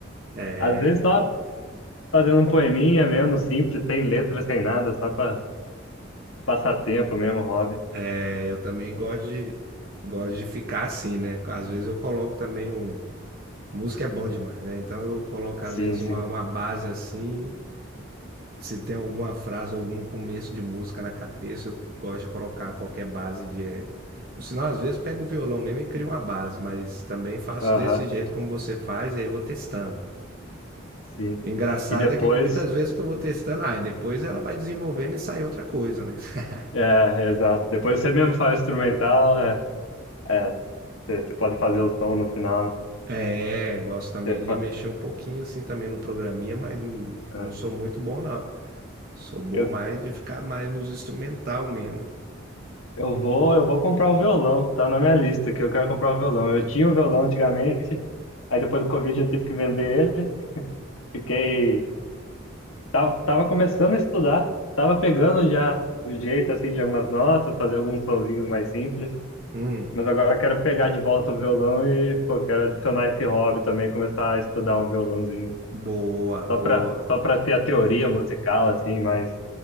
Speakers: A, on the right (about 45°); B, on the left (about 85°).
A: É,
B: Às vezes só fazendo um poeminha mesmo, simples, sem letra, sem nada, só pra passar tempo mesmo, hobby.
A: é, eu também gosto de, gosto de ficar assim, né? Às vezes eu coloco também um Música é bom demais, né? Então eu coloco
B: Sim,
A: às vezes
B: sim.
A: uma, uma base assim. Se tem alguma frase, algum começo de música na cabeça, eu gosto de colocar qualquer base de. é, Ou senão, às vezes, pego o violão mesmo e crio uma base, mas também faço
B: Aham,
A: desse jeito como você faz, e aí eu vou testando.
B: sim.
A: E o engraçado
B: E depois,
A: é que muitas vezes que eu vou testando, ah, e depois ela vai desenvolvendo e sai outra coisa, né? <laughs>
B: é, exato. Depois você mesmo faz o instrumental, é, é, você você pode fazer o som no final, né?
A: É, gosto também
B: Você fa-
A: de mexer um pouquinho assim também no programinha, mas n-
B: é.
A: não sou muito bom, não. Sou bom
B: Eu,
A: mais de ficar mais nos instrumental mesmo.
B: eu vou, eu vou comprar o violão, tá na minha lista que eu quero comprar o violão. Eu tinha o violão antigamente, Aí depois do Covid eu tive que vender ele. Fiquei. Tava, tava começando a estudar, tava pegando já o jeito assim de algumas notas, fazer alguns sonzinhos mais simples.
A: Hum,
B: Mas agora eu quero pegar de volta o violão e, pô, quero adicionar esse hobby também, começar a estudar um violãozinho.
A: boa,
B: Só
A: boa.
B: pra, só pra ter a teoria musical, assim, mais